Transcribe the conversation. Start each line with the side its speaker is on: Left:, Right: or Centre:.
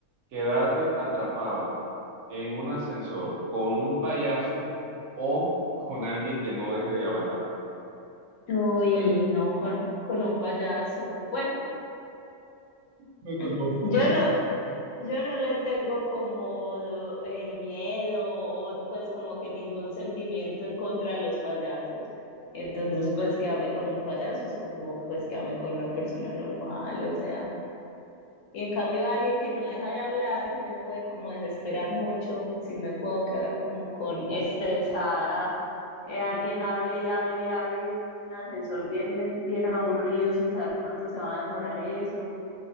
Right: ¿Quedarte atrapado en un ascensor con un payaso o con alguien que no deje de hablar?
Left: Uy,
Right: Eso está, in-
Left: no, con, con un payaso, pues
Right: no te
Left: <laughs>
Right: puedo creer.
Left: yo no. Yo no le tengo como eh, miedo o pues como que ningún sentimiento en contra de los payasos. Entonces, pues que con un payaso es como pues que con una persona normal, o sea. Y en cambio alguien que no deja de hablar, sí me puede como desesperar mucho, sí me puedo quedar como con estresada. eh, alguien hable y hable y hable y uno en un ascensor bien, bien aburrido sin saber cuánto se va a demorar eso.